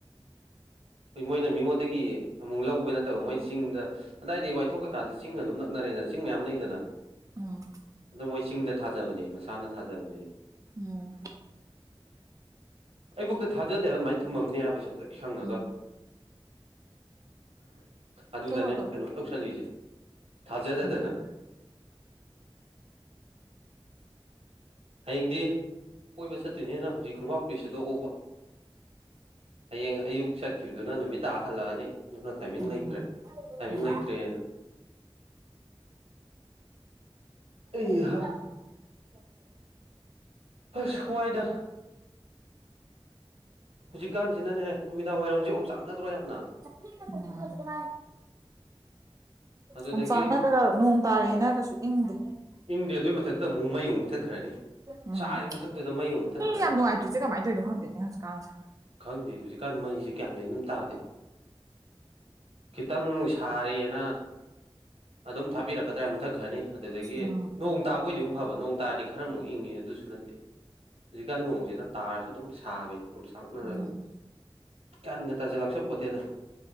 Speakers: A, on the right; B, on the right.
A: ꯑꯩꯈꯣꯏ ꯃꯣꯏꯅ ꯃꯤꯉꯣꯟꯗꯒꯤ ꯑꯃꯨꯛ ꯂꯧꯕ ꯅꯠꯇꯕ ꯃꯣꯏꯅ ꯆꯤꯡꯗ ꯑꯗꯥꯏꯗꯤ ꯋꯥꯏꯊꯣꯛ ꯀꯩꯀꯥꯗꯤ ꯆꯤꯡ ꯑꯗꯨꯝ ꯅꯛꯅꯔꯦꯗꯅ ꯆꯤꯡ ꯃꯌꯥꯝ ꯂꯩꯗꯅ
B: ꯎꯝ
A: ꯑꯗꯣ ꯃꯣꯏ ꯆꯤꯡꯗ ꯊꯥꯖꯕꯅꯦ ꯃꯁꯥꯅ ꯊꯥꯖꯕꯅꯦ
B: ꯎꯝ
A: ꯑꯩꯕꯨꯛꯇ ꯊꯥꯖꯗꯦ ꯍꯥꯏꯕ ꯑꯗꯨꯃꯥꯏꯅ ꯊꯨꯝꯃꯝꯅꯤ ꯍꯥꯏꯕ ꯁꯟꯇ꯭ꯔꯤꯛ ꯁꯪꯉꯒ
B: ꯎꯝ
A: ꯑꯗꯨꯗꯅꯦ
B: ꯊꯦꯡꯉꯨꯔꯛꯀꯅꯨ
A: ꯀꯩꯅꯣ ꯇꯧꯁꯜꯂꯤꯁꯦ ꯊꯥꯖꯗꯗꯅ
B: ꯎꯝ
A: ꯍꯌꯦꯡꯗꯤ ꯀꯣꯏꯕ ꯆꯠꯇꯣꯏꯅꯤꯅ ꯍꯧꯖꯤꯛ ꯈꯣꯡꯒꯥꯎ ꯐꯨꯔꯤꯠ ꯁꯨꯗꯣꯛ ꯍꯧꯕ ꯍꯌꯦꯡ ꯑꯌꯨꯛ ꯆꯠꯈꯤꯕꯗꯨꯅ ꯅꯨꯃꯤꯠ ꯇꯥ ꯍꯜꯂꯛꯑꯅꯤ ꯑꯗꯨꯅ ꯇꯥꯏꯃꯤꯡ
B: ꯎꯝ
A: ꯂꯩꯇ꯭ꯔꯦ ꯇꯥꯏꯃꯤꯡ
B: ꯎꯝ
A: ꯂꯩꯇ꯭ꯔꯦꯅ
B: <unintelligible>
A: ꯑꯩꯍꯥ ꯍꯁ ꯋꯥꯏꯗ ꯍꯨꯖꯤꯛꯀꯥꯟꯁꯤꯅꯅꯦ ꯅꯨꯃꯤꯗꯥꯡ ꯋꯥꯏꯔꯝꯖꯦ ꯑꯣꯝ ꯆꯥꯛꯅꯗ꯭ꯔꯣ ꯌꯥꯝꯅ
B: ꯎꯝ <unintelligible>
A: ꯑꯗꯨꯗꯒꯤ
B: ꯑꯣꯝꯆꯥꯛꯅꯔꯒꯥ ꯅꯣꯡ ꯇꯥꯌꯦꯅ ꯀꯩꯁꯨ ꯏꯪꯗꯦ
A: ꯏꯪꯗꯦ ꯑꯗꯨꯏ ꯃꯊꯛꯇ ꯑꯃꯨꯛ ꯃꯩ ꯑꯃꯨꯛ ꯊꯠꯈ꯭ꯔꯅꯤ
B: ꯎꯝ
A: ꯁꯥꯔꯤꯕ ꯃꯊꯛꯇꯨꯗ ꯃꯩ ꯑꯃꯨꯛ ꯃꯨꯊꯠꯈ꯭ꯔꯅꯤ
B: ꯌꯥꯝ ꯅꯨꯡꯉꯥꯏꯇ꯭ꯔꯤꯁꯦ ꯀꯃꯥꯏꯅ ꯇꯧꯔꯤꯅꯣ ꯈꯪꯗꯦꯅꯦ ꯍꯧꯖꯤꯛꯀꯥꯟꯁꯦ
A: ꯈꯪꯗꯦ ꯍꯨꯖꯤꯛꯀꯥꯟ ꯃꯩꯖꯦ ꯒꯌꯥꯟ ꯃꯦꯟ ꯑꯝ ꯇꯥꯗꯦ ꯈꯤꯇꯪ ꯁꯥꯔꯦꯅ ꯑꯗꯨꯝ ꯊꯥꯕꯤꯔꯛꯀꯗ꯭ꯔꯥ ꯃꯨꯊꯠ ꯈ꯭ꯔꯅꯤ ꯑꯗꯨꯗꯒꯤ
B: ꯎꯝ
A: ꯅꯣꯡ ꯇꯥꯕꯣꯏꯗꯤ ꯑꯃꯨꯛ ꯐꯕ ꯅꯣꯡ ꯇꯥꯔꯗꯤ ꯈꯔꯃꯨꯛ ꯏꯪꯉꯦ ꯑꯗꯨꯁꯨ ꯅꯠꯇꯦ ꯍꯧꯖꯤꯛꯀꯥꯟ ꯅꯣꯡꯖꯤꯅ ꯇꯥꯔꯁꯨ ꯑꯗꯨꯝ ꯁꯥꯕꯤꯅꯤ ꯑꯣꯝꯁꯥꯛꯅꯔꯒ
B: ꯎꯝ
A: ꯒ꯭ꯌꯥꯟꯒ ꯇꯖꯥ ꯂꯥꯛꯆꯄꯣꯠꯇꯦꯗꯥ